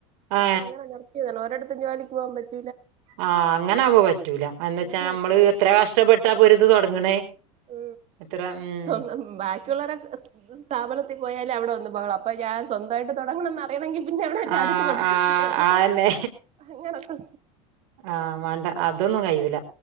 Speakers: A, on the right; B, on the right.
A: ഏ
B: അപ്പൊ അങ്ങനെ നിറർത്തിയതാണ് ഒരിടത്തും ജോലിക്ക് പോകൻ പറ്റ
A: ആഹ് അങ്ങനൊവവുമ്പോ പറ്റൂല എ വച്ചാ
B: അങ്ങനെയൊക്കെ
A: നമ്മള് എത്ര കഷ്ടപ്പെട്ടാ പൊരത് തുടങ്ങണേ
B: ഉ
A: എത്ര ഉം
B: സ്വന്തം ബാക്കിയുള്ളര സ്ഥാപനത്തിൽ പോയല് അവിടെ വന്ന് അപ്പ ഞാൻ സ്വന്തമായിട്ട് തുടങ്ങണംന്ന് അറിയണെങ്കിൽ പിന്നെ അവിടെ എല്ലാം
A: ആ
B: അടിച്ചു കൊണ്ട്
A: ആ
B: ചുട്ടിട്ട് വര്
A: ആന്നെ
B: അങ്ങനൊക്കെ
A: ആ വേണ്ട അതൊന്നും കഴിവൂല